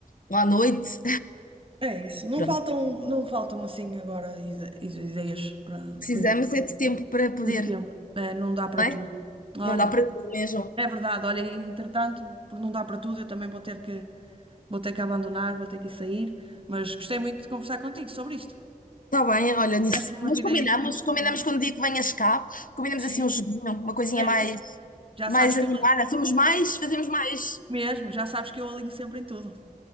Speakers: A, on the left; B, on the right.
A: ou à noite.
B: é isso. Não
A: <laughs>
B: faltam, não faltam assim agora ide- ideias para,
A: Precisamos
B: de coisa para tudo.
A: é de tempo para poder,
B: de tempo. É, não dá para
A: não
B: tudo.
A: é?
B: Olha,
A: Não dá para tudo mesmo.
B: é verdade. Olha, e, entretanto, por não dar para tudo, eu também vou ter que Vou ter que abandonar, vou ter que sair, mas gostei muito de conversar contigo sobre isto.
A: Está bem, olha nisso.
B: Deste-me umas
A: Mas
B: ideias
A: combinamos,
B: fixas
A: combinamos
B: também.
A: quando o dia que venhas cá, combinamos
B: Sim,
A: assim um joguinho, uma coisinha
B: é
A: mais,
B: isso. Já
A: mais
B: sabes que
A: animada.
B: eu alinho
A: Somos mais, fazemos mais.
B: mesmo, já sabes que eu alinho sempre em tudo.